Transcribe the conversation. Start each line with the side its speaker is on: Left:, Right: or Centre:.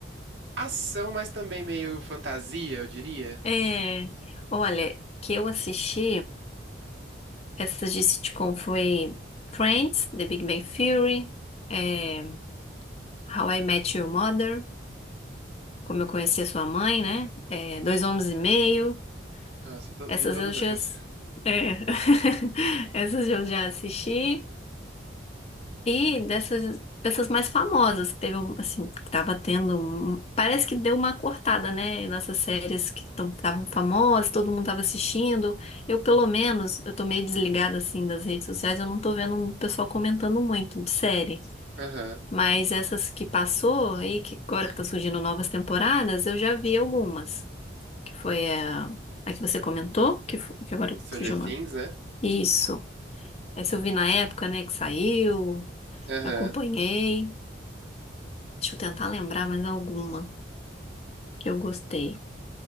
Right: ação, mas também meio fantasia, eu diria.
Left: É, olha, que eu assisti, essas de sitcom foi Friends, The Big Bang Theory, é, How I Met Your Mother. como eu conheci a sua mãe, né? É, dois homens e meio.
Right: Nossa, eu to-
Left: Essas
Right: vi todas
Left: eu já.
Right: essas.
Left: é, <laughs> essas eu já assisti. E dessas, dessas mais famosas, que teve, um- assim, que tava tendo. um- Parece que deu uma cortada, né? Nessas séries que estavam famosas, todo mundo tava assistindo. Eu, pelo menos, eu tô meio desligada, assim, das redes sociais, eu não tô vendo o pessoal comentando muito de série.
Right: Aham.
Left: Mas essas que passou e que agora que estão surgindo novas temporadas, eu já vi algumas. que foi a, a que você comentou, que, foi, que agora
Right: Stranger
Left: fugiu
Right: Things,
Left: o nome.
Right: né?
Left: Isso. Essa eu vi na época, né, que saiu,
Right: Aham.
Left: acompanhei. Deixa eu tentar lembrar mais alguma que eu gostei.